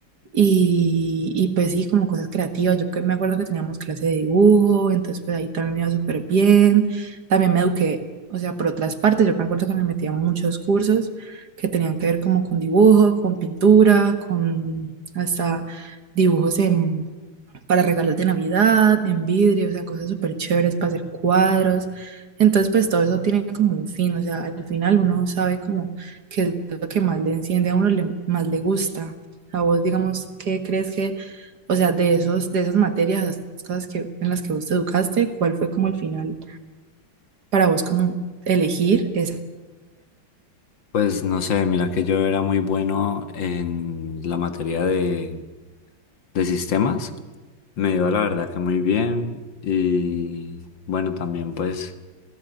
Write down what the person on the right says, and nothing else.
Y, y pues sí, como cosas creativas. Yo que me acuerdo que teníamos clase de dibujo, entonces pues ahí también me iba súper bien. También me eduqué, o sea, por otras partes, yo me acuerdo que me metía a muchos cursos que tenían que ver como con dibujo, con pintura, con hasta dibujos en, para regalos de Navidad, en vidrio, o sea, cosas súper chéveres para hacer cuadros. Entonces, pues todo eso tiene como un fin, o sea, al final uno sabe como qué es lo que más le enciende a uno, le, más le gusta. A vos, digamos, ¿qué crees que, o sea, de esos, de esas materias, esas cosas que, en las que vos te educaste, cuál fue como el final para vos como elegir esa?